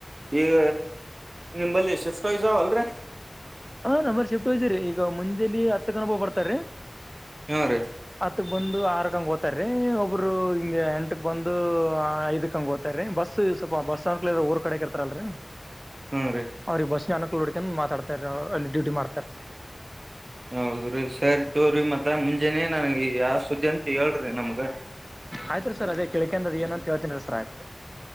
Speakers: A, on the right; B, in the centre.
A: ಈಗ ನಿಮಬಲ್ಲಿ ಸ್ವಿಫ್ಟ್ ವೈಸಾವಲ್ಲರಿ
B: ಹ್ ನಂಬಲ್ಲಿ ಶಿಫ್ಟ್ ವೈಸೆರಿ ಈಗ ಮುಂಜೆಲಿ ಹತ್ ಕನ ಒಬ್ಬ ಬರ್ತಾರೀ
A: ಹ್ಮ್ ರೀ
B: ಹತ್ತಕ್ ಬಂದು ಆರ್ ಕಂಗ ಓತಾರೀ ಒಬ್ಬರು ಹಿಂಗ ಎಂಟಕ್ ಬಂದು ಐದಕಂಗ್ ಓತ ರಿ ಬಸ್ ಸ್ವಲ್ಪ ಬಸ್ ಅನುಕೂಲ ಇರಬೇಕ ಊರ ಕಡೆಕ ಇರ್ತರಲ್ರರಿ
A: ಹ್ಮ್ ರೀ
B: ಅವ್ರಿಗ ಬಸಿನ ಅನುಕೂಲ ನೋಡಕೆಂಡ್ ಮಾತಾಡ್ತಾರಿ ಅವರು ಅಲ್ಲಿ ಡ್ಯೂಟಿ ಮಾಡ್ತಾರಿ ಸರ್
A: ಹೌದ್ರೀ ಸರಿ ತೋರಿ ಮತ್ತ ಮುಂಜೆನಿ ನನಗ ಯಾವ ಸುದ್ದಿ ಅಂತ ಹೇಳ್ರಿ ನಮ್ಗ
B: ಆಯ್ತ್ರಿ ಸರ್ ಅದೇ ಕೆಳಕೆಂದ ಅದ ಏನಂತ ಹೇಳ್ತೀನಿ ರೀ ಸರ್ ಆಯ್ತ್ರಿ